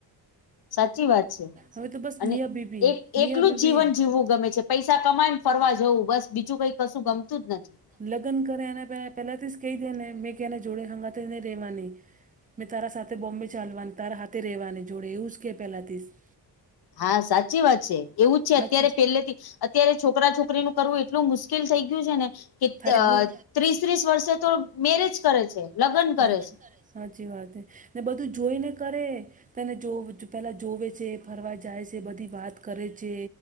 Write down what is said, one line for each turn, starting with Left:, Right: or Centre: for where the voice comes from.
Left: સાચી વાત છે
Right: હવે તો બસ
Left: અને
Right: મિયા બીબી
Left: એક એકલું
Right: મિયા બીબી
Left: જ જીવન જીવવું ગમે છે પૈસા કમાય ને ફરવા જવું બસ બીજું કઈ કશું ગમતું જ નથી
Right: લગન કરે એને પહેલાથી જ કહી દે ને મેં કે એને જોડે હંગાતીને રેવાની મેં તારા સાથે બોમ્બે ચાલવાનું તારા હાથે રહેવાની જોડે એવું જ કહે પહેલાંથીશ
Left: હા સાચી વાત છે એવું જ છે
Right: હાચી
Left: અત્યારે પેલેથી અત્યારે છોકરા છોકરીનું કરવું એટલું મુશ્કેલ થઈ ગયું છે ને કે
Right: તારી બૂન
Left: ત્રીસ ત્રીસ વર્ષે તો મેરેજ કરે છે લગ્ન કરે
Right: હા
Left: છે
Right: સાચી વાત છે ને બધું જોઈને કરે તને જો પહેલા જોવે છે ફરવા જાય છે બધી વાત કરે છે